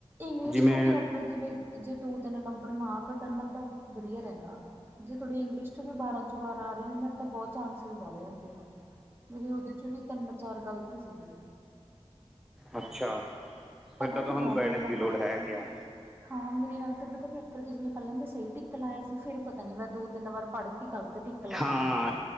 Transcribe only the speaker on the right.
ਇੰਗਲਿਸ਼
ਚੋਂ ਵੀ ਆਪਣੇ ਜਿਵੇਂ ਜੇ ਦੋ ਤਿੰਨ ਨੰਬਰ ਨਾ ਘਟਣ ਨਾ ਤਾਂ ਵਧੀਆ ਰਹੇਗਾ। ਜੇ ਥੋੜੇ ਇੰਗਲਿਸ਼ ਚ ਵੀ ਬਾਰਾਂ ਚ ਬਾਰਾਂ ਆ ਰਹੇ ਨੇ ਨਾ। ਤਾਂ ਬਹੁਤ ਚਾਂਸਿਸ ਵੱਧ ਜਾਂਦੇ ਆ ਮੇਰੇ ਉਹਦੇ ਚ ਵੀ ਤਿੰਨ ਚਾਰ ਗ਼ਲਤ ਸੀਗੇ
ਪਤਾ
ਨੀ
ਕਿਉਂ
ਮੇਰੇ ਨਾਲ
ਹਾਂ ਮੇਰੇ ਨਾਲ ਤਾਂ ਪਤਾ ਪੇਪਰ ਚ ਜਿਵੇਂ ਪਹਿਲਾਂ ਮੈਂ ਸਹੀ ਟਿੱਕ ਲਾਇਆ ਸੀ। ਫਿਰ ਪਤਾ ਨੀ ਮੈਂ ਦੋ ਤਿੰਨ ਵਾਰ ਪੜ੍ਹ ਕੇ ਗਲਤ ਟਕ ਲ ਆਏ
ਉੱਥੇ।